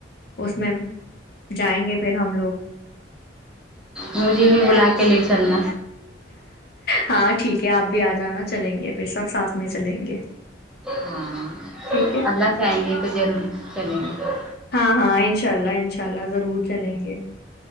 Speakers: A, on the left; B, in the centre.
A: اس میں جائیں گے پھر ہم لوگ
B: م جی بھی بلا کے لے چ ن
A: ہاں ٹھیک ہے آپ بھی آ جانا چلیں گے پھر سب ساتھ میں چلیں گے
B: ہاں
A: ٹھیک ہے
B: اللہ چاہیں گے تو ضرور چلیں گے
A: ہاں ہاں ان شاء اللہ انشاء اللہ ضرور چلیں گے